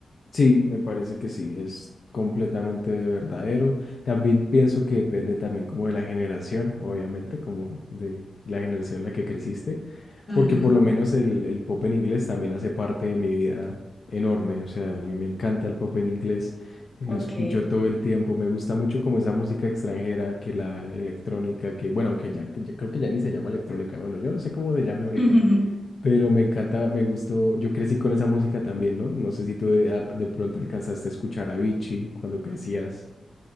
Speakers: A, on the left (about 45°); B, on the left (about 20°).
A: Sí, me parece que sí, es completamente verdadero. También pienso que depende también como de la generación, obviamente, como de la generación en la que creciste,
B: Ujú.
A: porque por lo menos el, el pop en inglés también hace parte de mi vida enorme. O sea, a mí me encanta el pop en inglés, lo
B: Ok.
A: escucho todo el tiempo, me gusta mucho como esa música extranjera, que la electrónica, que bueno, aunque ya, ya creo que ya ni se llama electrónica, bueno, yo no sé cómo se llame ahorita
B: <laughs>
A: pero me encanta, me gustó, yo crecí con esa música también, ¿no? No sé si tú de, a- de pronto alcanzaste a escuchar a Avicii cuando crecías,